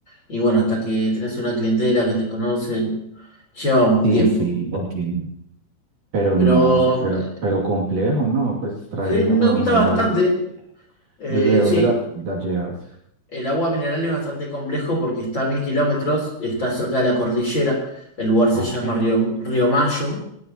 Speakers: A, on the left; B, on the right.
A: Y bueno, hasta que tenés una clientela que te conocen, lleva un
B: Sí,
A: tiempo.
B: sí, lo entiendo. Pero
A: Pero
B: no, súper,
A: eh,
B: pero complejo, ¿no? Pues traer
A: sí,
B: el
A: me
B: agua
A: gusta
B: mineral,
A: bastante.
B: eh,
A: Eh,
B: ¿desde dónde
A: sí,
B: la, la llevas?
A: el agua mineral es bastante complejo porque está a mil kilómetros, está cerca de la cordillera. El lugar se
B: Ok,
A: llama Río, Río Mayo,